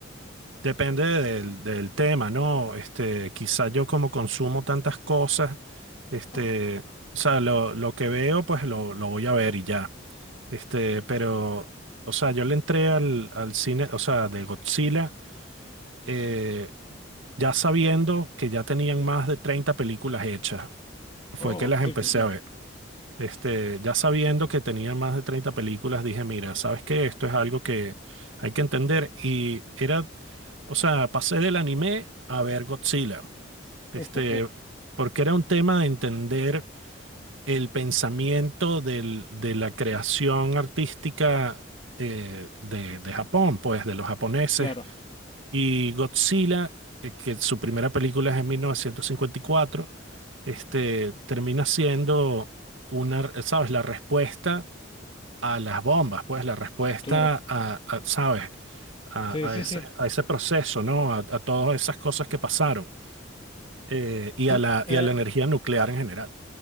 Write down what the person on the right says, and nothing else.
depende del, del tema, ¿no? Este, quizá yo como consumo tantas cosas, este,
o sea, lo, lo que veo, pues lo, lo voy a ver y ya. Este, pero, o sea, yo le entré al, al cine, o sea, de Godzilla, eh, ya sabiendo que ya tenían más de 30 películas hechas. Fue
que las
empecé
a ver. Este, ya sabiendo que tenía más de 30 películas, dije, mira, sabes que esto es algo que hay que entender. Y era, o sea, pasé del anime a ver Godzilla. Este,
porque era un tema de entender el pensamiento del- de la creación artística eh, de, de Japón, pues, de los japoneses.
Y Godzilla, eh, que su primera película es en 1954, este, termina siendo una, ¿sabes? La respuesta a las bombas, pues la respuesta
a, a, ¿sabes? A,
a
ese,
a ese proceso, ¿no? A, a todas esas cosas que pasaron eh, y,
a la,
y a la energía nuclear en general.